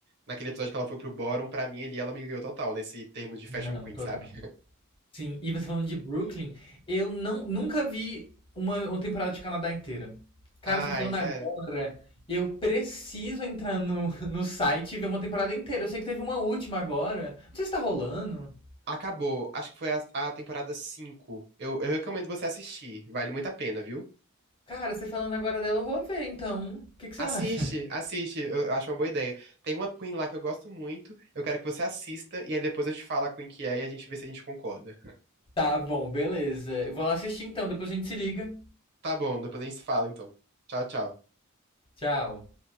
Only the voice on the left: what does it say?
Não,
total.
Sim, e você falando de Brooklyn, eu não, nunca vi uma, uma temporada de Canadá inteira. Cara,
você falando
agora, eu preciso entrar no, no site e ver uma temporada inteira. Eu sei que teve uma última agora. Não sei se tá rolando.
Cara, você falando agora dela, eu vou ver, então. O que que você
acha? <laughs>
Tá bom, beleza. Eu vou lá assistir então, depois a gente se liga.
Tchau.